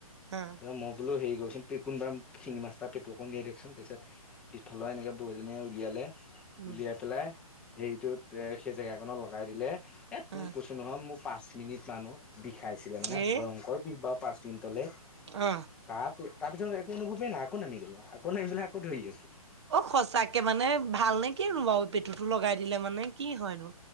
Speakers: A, on the right; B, in the centre.
A: অ।
B: ত মই বোলো হেৰি কৰছোন কোনবাৰ শিঙি মাছটা পেটু অকণ দিয়াই দিয়কচোন পিছত পিছফালৰ এনেকে বৌজনীয়ে উলিয়ালে
A: উম
B: উলিয়াই পেলাই হেৰিটোত সেই জেগা কণত লগাই দিলে এ তোৰ
A: অ
B: কৈছোঁ নহয় মোৰ পাঁচ মিনিট মান অ বিষাইছিলে মানে
A: হে
B: ভয়ংকৰ বিষ বাৰ পাঁচ মিনিটলৈ
A: অ।
B: তাৰ তাৰ পিছত একো অনুভৱেই নাই আকৌ নামি গ'লো আকৌ নামি পেলাই আকৌ ধৰি আছোঁ।
A: অ সঁচাকে মানে ভাল নে কিনো বাৰু পেটুতটো লগাই দিলে মানে কি হয়নো